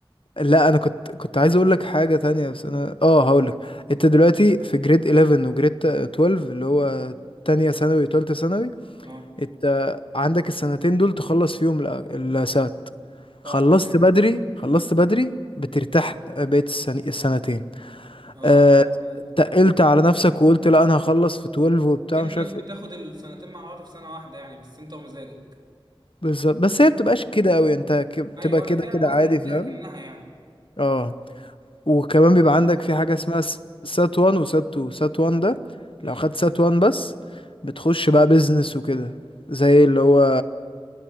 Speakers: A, on the left; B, on the right.
A: لا انا كنت كنت عايز اقول لك حاجه تانية بس انا اه هقول لك انت دلوقتي في جريد 11 وجريد 12 اللي هو تانية ثانوي وتالتة ثانوي
B: اه
A: انت عندك السنتين دول تخلص فيهم ال- السات
B: اه
A: خلصت
B: تمام
A: بدري خلصت بدري بترتاح بقيت السن- السنتين
B: اه
A: أه
B: فهمت قصدك
A: تقلت على نفسك وقلت لا انا هخلص في 12 وبتاع
B: كأنك
A: مش عارف
B: بتاخد
A: ايه
B: السنتين مع بعض في سنة واحدة يعني بس انت ومزاجك
A: بالظبط بس هي بتبقاش كده قوي انت ك- بتبقى
B: ايوه
A: كده
B: انا فاهم
A: كده
B: قصدك
A: عادي
B: بس
A: فاهم
B: هي اكنها يعني
A: اه وكمان
B: اه حلو
A: بيبقى عندك
B: والله
A: في
B: حلو
A: حاجة
B: سيدي
A: اسمها س- سات وان وسات تو سات وان ده
B: امم
A: لو خدت سات وان بس بتخش بقى بيزنس وكده زي اللي هو